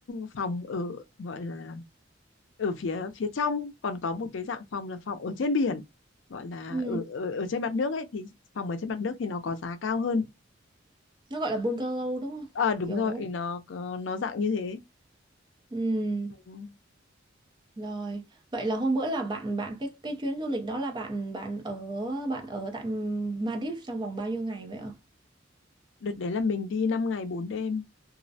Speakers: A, on the left (about 70°); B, on the right (about 25°).
A: phòng ở gọi là ở phía phía trong còn có một cái dạng phòng là phòng ở trên biển gọi là
B: ừ
A: ở ở, ở trên mặt nước ấy thì phòng ở trên mặt nước thì nó có giá cao hơn
B: nó gọi là bungalow đúng không
A: à đúng
B: kiểu
A: rồi nó có- nó dạng như thế
B: ừm,
A: Ừ.
B: rồi vậy là hôm bữa là bạn bạn cái cái chuyến du lịch đó là bạn bạn ở bạn ở tại Maldives trong vòng bao nhiêu ngày vậy ạ
A: đợt đấy là mình đi 5 ngày bốn đêm